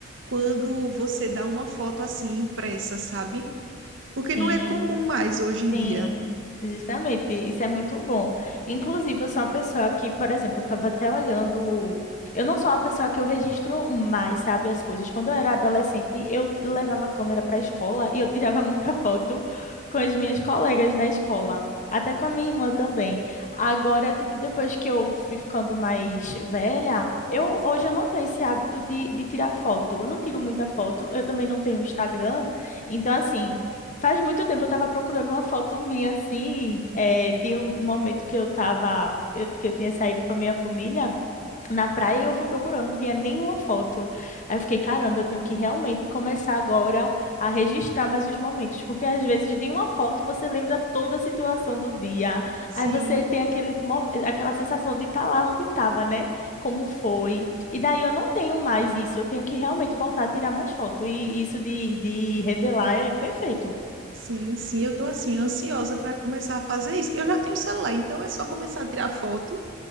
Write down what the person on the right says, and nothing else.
quando você dá uma foto assim impressa, sabe? Porque
não é comum mais hoje em
dia.
Sim,
sim, sim. Eu tô assim ansiosa para começar a fazer isso. Eu já tenho o celular, então é só começar a tirar foto